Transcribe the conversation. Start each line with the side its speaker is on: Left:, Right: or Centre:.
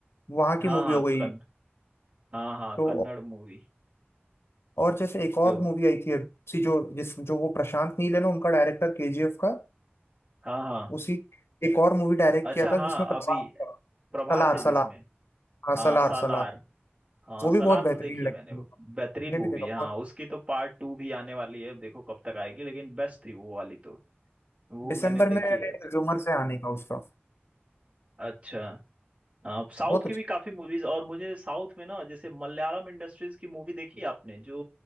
Left: वहां
Right: हाँ
Left: की मूवी
Right: हाँ
Left: हो गई
Right: कन हाँ हाँ
Left: तो
Right: कन्नड़ मूवी
Left: और जैसे एक और
Right: तो
Left: मूवी आई थी अब सी जो जिस जो वो प्रशांत नील है ना उनका डायरेक्टर केजीएफ का
Right: हाँ हाँ
Left: उसी एक और मूवी डायरेक्ट
Right: अच्छा
Left: किया था
Right: हाँ
Left: जिसमें प्रशांत
Right: अभी
Left: था।
Right: प्रभास
Left: सलार
Right: है
Left: सलार
Right: जिसमें
Left: हाँ
Right: हाँ
Left: सलार
Right: सालार
Left: सलार
Right: हाँ
Left: वो
Right: सालार
Left: भी बहुत बेहतरीन
Right: तो देखी मैंने
Left: लगती है मैंने
Right: बेहतरीन मूवी
Left: भी देखा
Right: है
Left: बहुत
Right: हाँ उसकी तो पार्ट टू भी आने वाली है अब देखो कब तक आएगी लेकिन बेस्ट थी वो वाली तो वो
Left: दिसंबर
Right: मैंने देखी
Left: में
Right: है
Left: रिज्यूमर से आने का उसका
Right: अच्छा हाँ, साउथ
Left: बहुत
Right: की
Left: अच्छा
Right: भी काफी मूवीज और मुझे साउथ में ना जैसे मलयालम इंडस्ट्रीज की मूवी देखी आपने जो